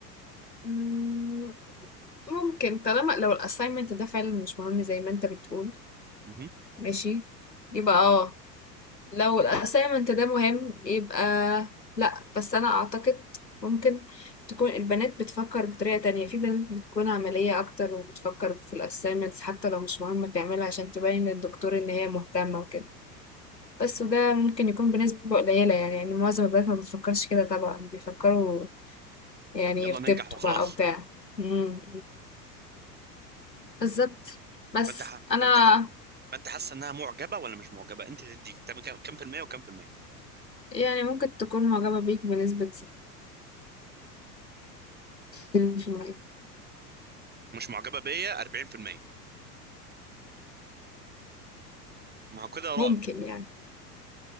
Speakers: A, on the left; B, on the right.
A: مم. ممكن طالما لو الاساينمنت ده فعلا مش مهم زي ما انت بتقول
B: مهم.
A: ماشي يبقى اه لو الأسايمنت ده مهم يبقى لأ بس أنا أعتقد ممكن تكون البنات بتفكر بطريقة تانية في بنات بتكون عملية أكتر وبتفكر في الأسايمنتس حتى لو مش مهمة تعملها عشان تبين للدكتور إن هي مهتمة وكده بس وده ممكن يكون بنسبة قليلة يعني يعني معظم البنات ما بتفكرش كده طبعا بيفكروا يعني
B: يلا
A: يرتبطوا
B: ننجح وخلاص
A: بقى أو بتاع مم. بالظبط بس
B: فانت ح...
A: أنا
B: فانت ح... فانت حاسه انها معجبه ولا مش معجبه انت تدي كم كم في المية وكم في المية
A: يعني ممكن تكون معجبة بيك بنسبة 60%
B: مش معجبه بيا 40% ما هو كده رعب
A: ممكن يعني